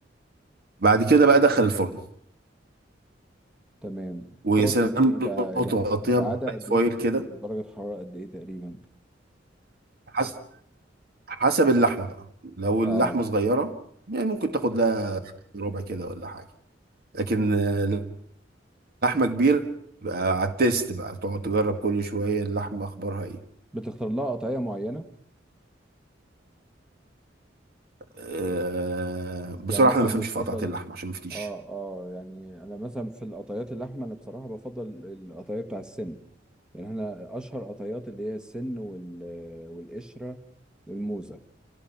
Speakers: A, on the right; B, in the centre.
A: بعد كده بقى دخل الفرن
B: تمام
A: ويا
B: تقعد
A: سلام
B: قد ايه بقى
A: لو
B: يعني
A: تغطيها
B: بتقعدها
A: ببيت
B: قد
A: فويل
B: ايه في الفرن
A: كده
B: ودرجة حرارة قد ايه تقريبا
A: حسب حسب اللحمة بقى لو اللحمة
B: اه
A: صغيرة يعني ممكن تاخد لها ربع كده ولا حاجة لكن آه، لحمة كبيرة بقى على التيست بقى تقعد تجرب كل شوية اللحمة أخبارها إيه
B: بتختار لها قطعية معينة
A: أه بصراحة
B: يعني مثلا
A: أنا ما بفهمش
B: بتفضل
A: في قطعة اللحمة عشان ما افتيش
B: اه اه يعني انا مثلا في القطعيات اللحمة انا بصراحة بفضل القطعية بتاع السن يعني احنا اشهر قطعيات اللي هي السن وال والقشرة والموزة